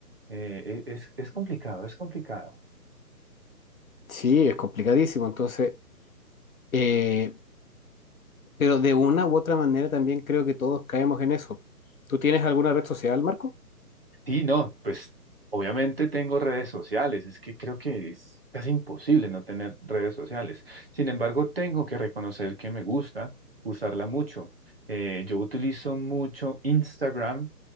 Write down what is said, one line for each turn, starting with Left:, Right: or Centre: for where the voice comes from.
Right: Eh, e- es, es complicado, es complicado.
Left: Sí, es complicadísimo. Entonces, Eh, pero de una u otra manera también creo que todos caemos en eso. ¿Tú tienes alguna red social, Marco?
Right: Sí, no, pues obviamente tengo redes sociales, es que creo que es casi imposible no tener redes sociales. Sin embargo, tengo que reconocer que me gusta usarla mucho. Eh, yo utilizo mucho Instagram